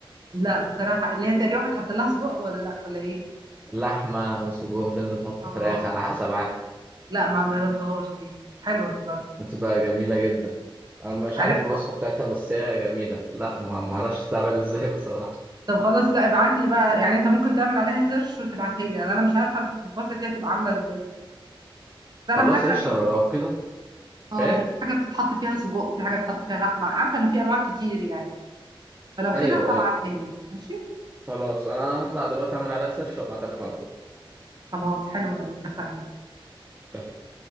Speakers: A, on the right; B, on the right.
A: لا بصراحة اللي هي تقريبا بتحط لها سجق ولا لا ولا ايه
B: لحمة وسجق في ناس بتحط
A: اه
B: فراخ على حسب عادي
A: لا ما جربتهاش دي حلوة دي برضو
B: بتبقى جميلة جدا أنا مش
A: عارف
B: عارف الوصفة بتاعتها بس هي جميلة لا ما ما أعرفش تتعمل إزاي بصراحة
A: طب خلاص لا ابعت لي بقى يعني انت ممكن تعمل عليها سيرش وتبعتها لي لان انا مش عارفه المخبوزه دي هتبقى عامله ازاي اصلا بس انا
B: خلاص
A: فاكره
B: قشطة
A: ان
B: أنا
A: في
B: لو كده
A: اه
B: إيه
A: يعني في حاجه بتتحط فيها سجق وفي حاجه بتتحط فيها لحمه عارفه ان في انواع كتير يعني فلو كده
B: أيوه
A: ابعتها
B: أيوه
A: لي ماشي
B: خلاص أنا هطلع دلوقتي أعمل عليها سيرش وأبعتها لك على طول
A: خلاص حلو قوي اتفقنا
B: اتفقنا.